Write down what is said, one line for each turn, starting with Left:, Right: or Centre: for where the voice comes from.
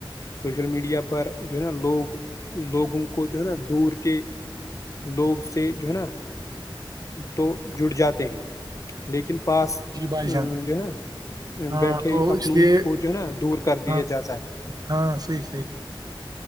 Left: سوشل میڈیا پر جو ہے نا لوگ لوگوں کو جو ہے نا دور کے لوگ سے جو ہے نا تو جڑ جاتے ہیں لیکن پاس
Right: جی بھائی
Left: ا
Right: جان
Left: جو ہے نا
Right: ہاں
Left: بیٹھے
Right: تو
Left: اپنوں
Right: اس لیے
Left: کو جو ہے نا دور کر دیا
Right: ہاں
Left: جاتا ہے
Right: ہاں صحیح صحیح